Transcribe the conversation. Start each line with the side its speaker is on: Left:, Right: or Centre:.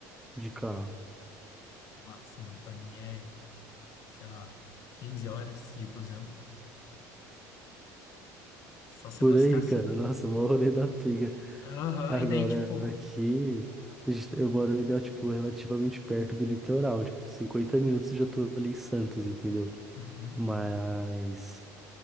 Centre: de carro.
Left: Nossa, mano, pra mim é, sei lá, 15 horas de busão. Só se
Centre: Por
Left: eu gostasse.
Centre: aí, cara. Nossa, mó rolê da pega.
Left: Aham,
Centre: Agora,
Left: e daí, tipo.
Centre: daqui, a gente- eu moro, né, tipo, relativamente perto do litoral. Tipo, 50 minutos eu já tô ali em Santos, entendeu?
Left: Uhum,
Centre: Mas